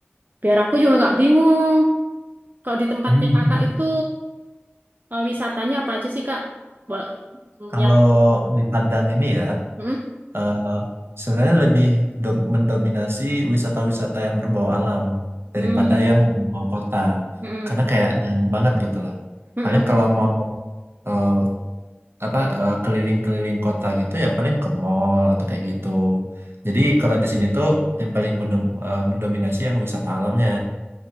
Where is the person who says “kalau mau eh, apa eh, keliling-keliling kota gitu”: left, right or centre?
Right